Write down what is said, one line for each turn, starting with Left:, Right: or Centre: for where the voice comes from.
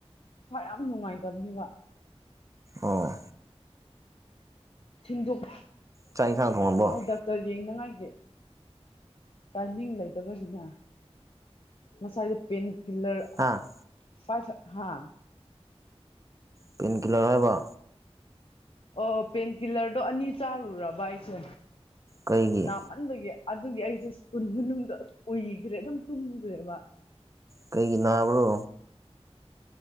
Left: ꯃꯥ ꯌꯥꯝ ꯅꯨꯡꯉꯥꯏꯇꯕꯅꯦꯕ
Right: ꯑꯣ
Left: ꯊꯤꯟꯗꯣꯛ
Right: ꯆꯥꯛ ꯏꯟꯁꯥꯡ ꯊꯣꯡꯉꯕꯣ
Left: ꯑꯩ ꯗꯛꯇꯔ ꯌꯦꯡꯅꯉꯥꯏ ꯇꯥꯏꯃꯤꯡ ꯂꯩꯇꯕꯁꯤꯅ ꯉꯁꯥꯏꯗ ꯄꯦꯟ ꯍꯤꯜꯂꯔ
Right: ꯍꯥꯥ
Left: ꯑ ꯐꯍꯥꯏꯁꯠ ꯍꯥꯥ
Right: ꯄꯦꯟ ꯀꯤꯂꯔ ꯍꯥꯏꯕ
Left: ꯑꯣ ꯄꯦꯟꯀꯤꯜꯂꯔꯗꯣ ꯑꯅꯤ ꯆꯥꯔꯨꯔꯕ ꯑꯩꯁꯦ
Right: ꯀꯩꯒꯤ
Left: ꯅꯃꯟꯕꯒꯤ ꯑꯗꯨꯒꯤ ꯑꯩꯁꯦ ꯁ꯭ꯀꯨꯜ ꯃꯅꯨꯡꯗ ꯎꯏꯈ꯭ꯔꯦ ꯑꯗꯨꯝ ꯇꯨꯝꯈ꯭ꯔꯦꯕ
Right: ꯀꯩꯒꯤ ꯅꯥꯕ꯭ꯔꯣ